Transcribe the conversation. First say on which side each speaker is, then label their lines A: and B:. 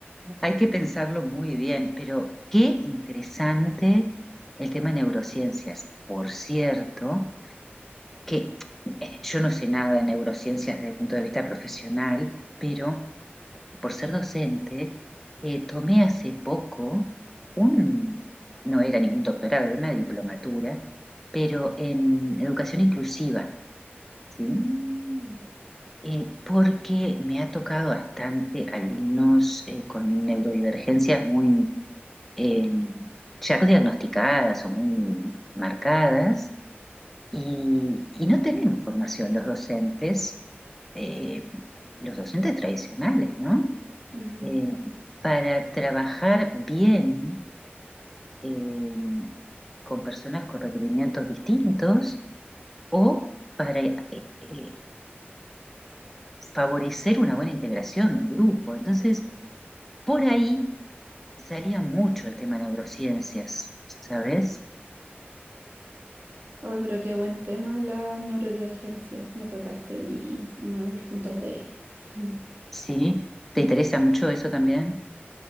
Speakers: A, in the centre; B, on the right.
A: hay que pensarlo muy bien. Pero qué interesante el tema neurociencias, por cierto. que yo no sé nada de neurociencias desde el punto de vista profesional, pero por ser docente, eh, tomé hace poco un, no era ningún doctorado, era una diplomatura, pero en educación inclusiva, ¿sí?
B: Mm,
A: Eh, porque me ha tocado bastante alumnos eh, con neurodivergencias muy eh, ya no diagnosticadas o muy marcadas y, y no tenemos formación los docentes eh, los docentes tradicionales, ¿no?
B: ujú.
A: Eh, para trabajar bien eh, con personas con requerimientos distintos o para eh, eh, favorecer una buena integración del grupo. Entonces, por ahí salía mucho el tema neurociencias, ¿sabes?
B: Ay, pero qué buen tema las neurodivergencias. Me tocaste mi, uno de mis puntos débiles. <laughs>
A: Sí, ¿te interesa mucho eso también?